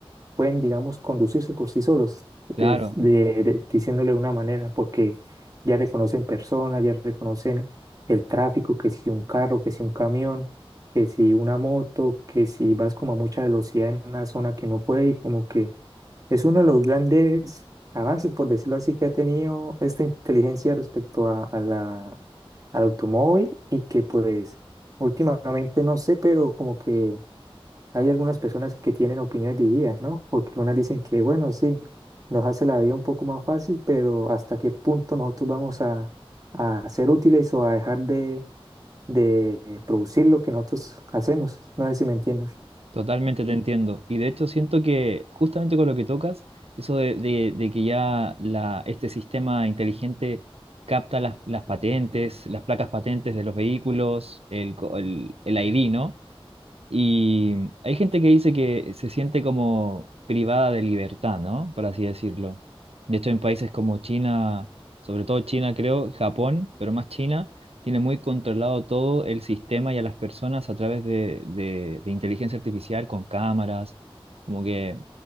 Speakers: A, on the right (about 35°); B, on the right (about 85°).
A: pueden, digamos, conducirse por sí solos, des-
B: Claro,
A: de- de- diciéndole de una manera, porque ya reconocen personas, ya reconocen el tráfico, que si un carro, que si un camión, que si una moto, que si vas como a mucha velocidad en una zona que no puede, y como que es uno de los grandes avances, por decirlo así, que ha tenido esta inteligencia respecto a, a la, al automóvil y que pues últimamente no sé, pero como que hay algunas personas que tienen opiniones divididas, ¿no? Porque unas dicen que, bueno, sí, nos hace la vida un poco más fácil, pero ¿hasta qué punto nosotros vamos a, a ser útiles o a dejar de, de producir lo que nosotros hacemos? No sé si me entiendes.
B: Totalmente te entiendo. Y de hecho siento que justamente con lo que tocas, eso de, de- de que ya la, este sistema inteligente capta las, las patentes, las placas patentes de los vehículos, el, co- el, el ID, ¿no? Y hay gente que dice que se siente como privada de libertad, ¿no? Por así decirlo. De hecho, en países como China, sobre todo China, creo, Japón, pero más China, tiene muy controlado todo el sistema y a las personas a través de, de- de inteligencia artificial con cámaras, como que